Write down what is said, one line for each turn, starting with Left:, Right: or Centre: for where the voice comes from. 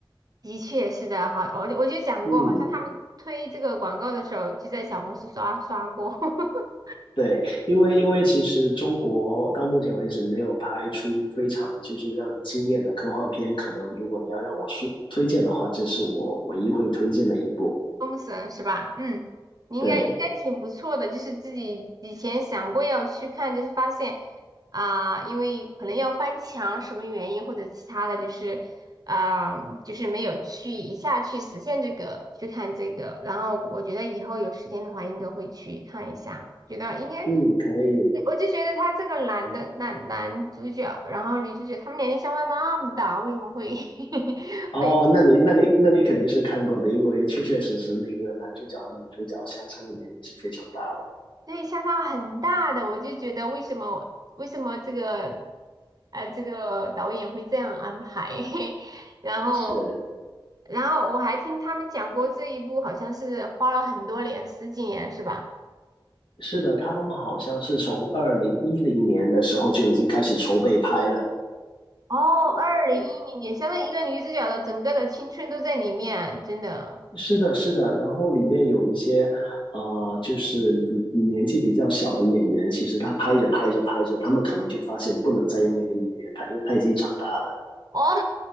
Right: 的确是的，哈，我就我就讲过，
Left: 嗯，
Right: 好像他们推这个广告的时候就在小红书刷刷过，<laughs>
Left: 对，因为因为其实中国到目前为止没有拍出非常就是让人惊艳的科幻片，可能如果你要让我说推荐的话，这是我唯一会推荐的一部。
Right: 封神是吧？嗯，你应该应该挺不错的，
Left: 对，
Right: 就是自己以前想过要去看，就是发现啊、因为可能要翻墙什么原因或者其他的，就是啊、就是没有去一下去实现这个去看这个，然后我觉得以后有时间的话应该会去看一下，觉得应该。
Left: 嗯，可以。
Right: 我就觉得他这个男的男男主角，然后女主角，他们年龄相差那么大，为什么会 <laughs>
Left: 哦，
Right: 会
Left: 那你那你那你肯定是看过的，因为确确实实那个男主角和女主角相差的年龄是非常大的。
Right: 对，相差很大的，我就觉得为什么为什么这个呃这个导演会这样安排，<laughs> 然后
Left: 是，
Right: 然后我还听他们讲过这一部好像是花了很多年，十几年是吧？
Left: 是的，他们好像是从二零一零年的时候就已经开始筹备拍了。
Right: 哦，二零一零年，相当于一个女主角的整个的青春都在里面，真的。
Left: 是的，是的，然后里面有一些，呃，就是比年纪比较小的演员，其实他拍着拍着拍着，他们可能就发现不能再用那个演员，他因为他已经长大了。
Right: 哦，